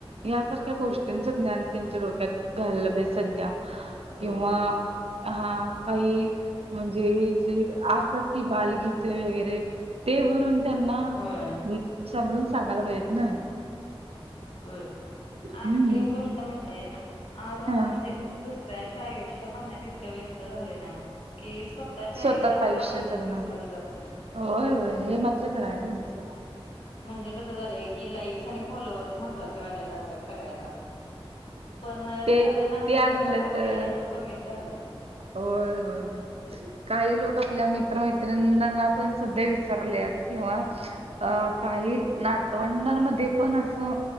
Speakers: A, on the right; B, on the left.
A: यासारख्या गोष्टींचं ज्ञान त्यांच्या डोक्यात घाललं पाज सध्या
B: हो
A: किंवा हा काही म्हणजे जे कि बालगीत वगैरे ते म्हणून त्यांना
B: होय.
A: समजून सांगायला पाहिजेत ना
B: होय
A: हम्म
B: आणखी एक गोष्ट म्हणजे आज आपण
A: हा
B: म्हणजे दुसऱ्याचं आयुष्य पाहण्यात ततकं व्यस्त झालोय ना के स्व स्तःच्या
A: स्वतःच
B: आयुष्यातीलला
A: आयुष्य
B: आनंदच
A: जगणं
B: विसरून जातो
A: होय होय हे मात्र खरं आहे
B: हम्
A: तुमचं
B: म्हणजे कसं झालंय की लाईक्स आणि फॉलोअर्स महत्त्वाचे वाटायला लागल्यात सगळ्याला पण
A: ते
B: खऱ्या नात्यांमधला
A: ते असलं
B: जो
A: तर
B: वेळ आहे तो कमीच झालाय
A: होय होय काही लोक आपल्या मित्र मैित्रिना पण सध्या विसरलेत किंवा अ काही नातवंडांमध्ये पण असं